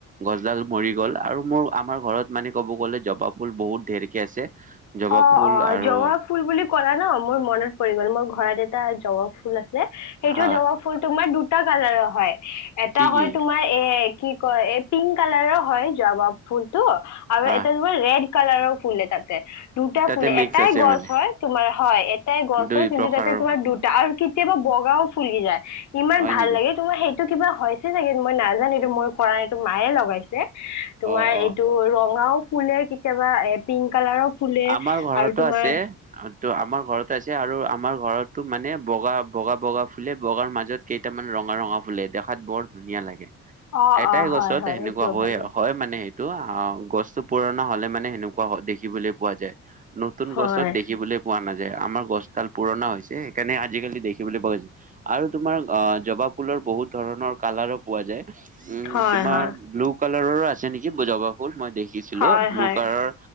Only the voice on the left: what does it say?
অঁ
অঁ
জোৱা ফুল বুলি ক'লা ন মোৰ মনত পৰি গ'ল, মোৰ ঘৰত এটা জবা ফুল আছে সেইটো
জবা ফুল ফুল তোমাৰ দুটা কালাৰৰ হয়। এটা
হয়
তোমাৰ এ কি কয় এই পিংক কালাৰৰ হয়, জাৱাব ফুলতটো আৰু
এটা ৰেড কালাৰও ফুলে তাতে। দুটা
ফুলে
এটাই
গছ
হয়, তোমাৰ হয় এটাই গছ
হয় কিন্তু
তাতে তোমাৰ দু আৰু কেতিয়াবা বগাও ফুলি যায়, ইমান
ভাল
লাগে তোমাৰ সেই টো কিবা হৈছে চাগে মই নাজানো এইটো মোৰ কৰা নাই এইটো মায়ে লগাইছে। তোমাৰ
এইটো
ৰঙাও ফুলে, কেতিয়াবা এ পিংক কালাৰৰ ফুলে
আৰু তোমাৰ
অ',
অ', হয়,
হয়,
এইটোও
ভাল লাগে।
হয়,
হয়,
হয়,
হয়,
হয়।